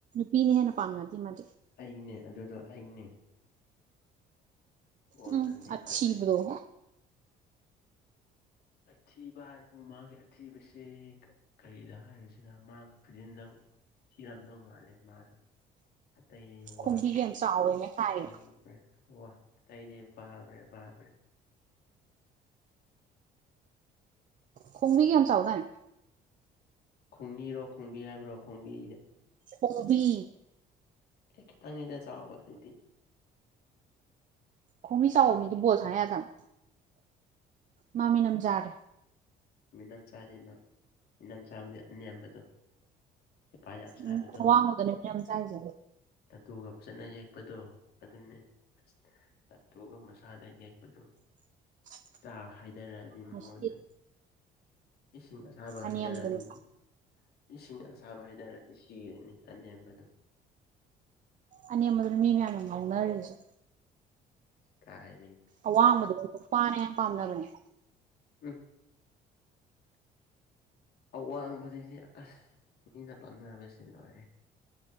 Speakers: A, on the right; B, on the left.
A: ꯄꯤꯅꯤ ꯍꯦꯟꯅ ꯄꯥꯝꯅꯗꯦꯃꯦ
B: ꯑꯩꯅꯦ ꯑꯗꯨꯗꯣ ꯑꯩꯅꯦ ꯒꯣꯜ
A: ꯎꯝ
B: ꯆꯟꯕꯤꯕꯗꯣ
A: ꯑꯤꯕꯨ꯭ꯔꯣ
B: ꯑꯩꯅꯦ ꯑꯊꯤꯕ ꯍꯥꯏꯕꯕꯨ ꯃꯥꯒꯤ ꯑꯊꯤꯕꯁꯤ ꯀꯔꯤꯗ ꯍꯥꯏꯕꯁꯤꯅ ꯃꯥ ꯈꯨꯗꯤꯟꯗꯪ ꯊꯤꯔꯝꯗꯧ ꯃꯥꯜꯂꯦ ꯃꯥꯗꯣ ꯑꯇꯩ ꯋꯥ
A: ꯈꯣꯡꯕꯤꯒ ꯌꯥꯝ ꯆꯥꯎꯋꯦꯅ ꯍꯥꯏꯌꯦ
B: ꯛꯂꯦ ꯋꯥ ꯑꯇꯩꯗꯤ ꯄꯥꯃ꯭ꯔꯦ ꯄꯥꯃ꯭ꯔꯦ
A: ꯀꯨꯝꯃꯤꯒ ꯌꯥꯝ ꯆꯧꯗꯥꯅꯤ
B: ꯈꯣꯡꯅꯤꯔꯣ ꯈꯣꯡꯕꯤ ꯍꯥꯏꯕ꯭ꯔꯣ ꯈꯣꯡꯕꯤ
A: ꯍꯣꯕꯤ
B: ꯑꯦꯇꯪꯗ ꯆꯑꯣꯕ ꯑꯗꯨꯗꯤ
A: ꯈꯣꯡꯃꯤ ꯆꯥꯎꯕ ꯃꯤꯗꯤ ꯕꯣꯜꯁ ꯌꯥꯗꯕ ꯃꯥꯃꯤꯅꯝꯖꯥꯔꯦ
B: ꯃꯤꯅꯝ ꯁꯥꯔꯤꯅ ꯃꯤꯅꯝ ꯁꯥꯕꯗꯤ ꯑꯅꯕꯗꯣ ꯍꯄꯥ ꯌꯥꯝ ꯁꯥꯕꯗꯣ
A: ꯎꯝ ꯑꯋꯥꯡꯕꯗꯅꯦ ꯃꯤꯅꯝꯖꯥꯔꯤꯁꯦ
B: ꯇꯠꯇꯨꯒ ꯐꯖꯅ ꯌꯦꯛꯄꯗꯣ ꯑꯗꯨꯅꯦ ꯑꯁ ꯇꯠꯇꯣꯛꯑꯒ ꯃꯁꯥꯗ ꯌꯦꯛꯄꯗꯣ
A: <unintelligible>
B: ꯆꯥ ꯍꯥꯏꯗꯔꯛꯑꯗꯤ ꯃꯉꯣꯟꯗ
A: ꯃꯨꯁꯀꯤꯠ
B: ꯏꯁꯤꯡ ꯑꯁꯥꯕ
A: ꯑꯅꯦꯝꯕꯗꯨꯅꯦ
B: ꯍꯥꯏꯇꯥꯔꯦ ꯑꯗꯨꯗꯤ ꯏꯁꯤꯡ ꯁꯥꯕ ꯍꯥꯏꯇꯥꯔꯒꯗꯤ ꯁꯤꯔꯅꯤ ꯑꯅꯦꯝꯕꯗꯣ
A: ꯑ ꯑ ꯃꯗꯨ ꯃꯤ ꯃꯌꯥꯝꯅ ꯉ ꯎꯅꯔꯔꯤꯁ
B: ꯀꯥꯏ
A: ꯑꯋꯥꯡꯕꯗꯄꯥꯥꯅꯦ ꯌꯥꯝ ꯄꯥꯝꯅꯕꯅꯦ
B: ꯎꯝ ꯑꯋꯥꯡꯕꯗꯗꯤ ꯑꯁ ꯃꯤꯅ ꯄꯥꯝꯅꯕꯁꯤ ꯂꯣꯏꯦ